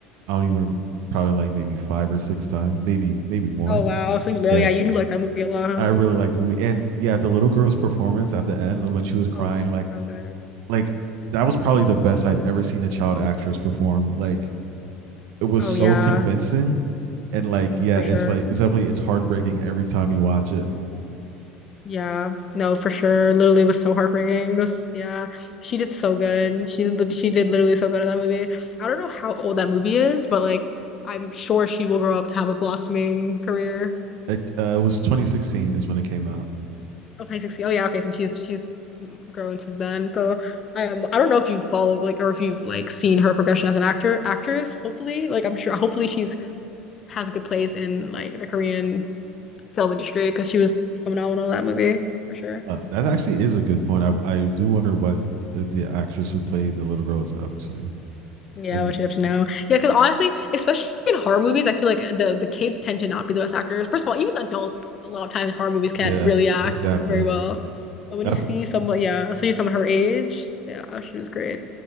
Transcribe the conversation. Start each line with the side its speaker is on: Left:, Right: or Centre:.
Right: I don't even probably like maybe five or six times, maybe maybe more.
Left: Oh wow. So you know,
Right: Yeah,
Left: yeah, you do like that movie a lot, huh?
Right: I really liked the movie, and yeah, the little girl's performance at the end when she was crying,
Left: Oh, it was so
Right: like
Left: good.
Right: like that was probably the best I've ever seen a child actress perform. Like it was
Left: Oh
Right: so
Left: yeah,
Right: convincing and like yeah,
Left: for
Right: it's
Left: sure.
Right: like it's definitely it's heartbreaking every time you watch it.
Left: Yeah. No, for sure. Literally it was so heartbreaking. It was- yeah. She did so good. She did lit- she did literally so good in that movie. I don't know how old that movie is, but like I'm sure she will grow up to have a blossoming career.
Right: It, uh, it was 2016 is when it came out.
Left: Oh, High 60. Oh yeah, okay. Since she's she's grown since then. So I um, I don't know if you've followed like or if you've like seen her progression as an actor actress. Hopefully, like I'm sure hopefully she's has a good place in like the Korean film industry because she was phenomenal in that movie for sure.
Right: Uh, that actually is a good point. I I do wonder what the, the actress who played the little girl is up to.
Left: Yeah,
Right: And
Left: what she's up to now. Yeah, because honestly, especially in horror movies, I feel like the the kids tend to not be the best actors. First of all, even the adults a lot of times in horror movies can't
Right: yeah,
Left: really act
Right: exactly.
Left: very well. So when
Right: That's
Left: you see someone, yeah, so you see someone her age, yeah, she was great.